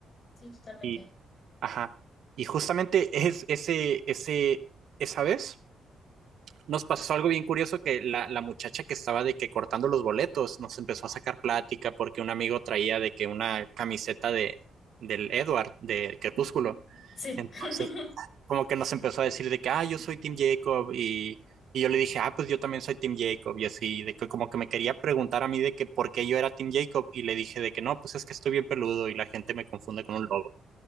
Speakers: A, on the left (about 35°); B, on the right (about 65°).
A: Sí, totalmente.
B: Y Ajá. Y justamente es ese, ese, esa vez nos pasó algo bien curioso que la, la muchacha que estaba de que cortando los boletos nos empezó a sacar plática porque un amigo traía de que una camiseta de del Edward de Crepúsculo.
A: Sí.
B: Entonces,
A: <laughs>
B: como que nos empezó a decir de que, ah, yo soy Team Jacob y, y yo le dije, ah, pues yo también soy Team Jacob y así, de que como que me quería preguntar a mí de que por qué yo era Team Jacob y le dije de que no, pues es que estoy bien peludo y la gente me confunde con un lobo.